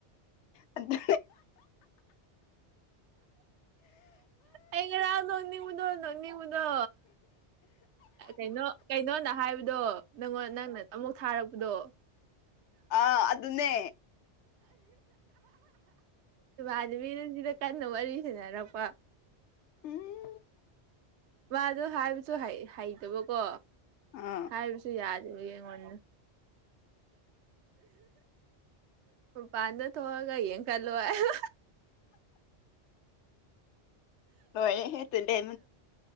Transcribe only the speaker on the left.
ꯑꯗꯨ
ꯑ ꯑꯗꯨ ꯑꯗꯨꯅꯦ
ꯎꯝ
ꯑꯥ
ꯍꯦ ꯍꯦ ꯇꯦꯗ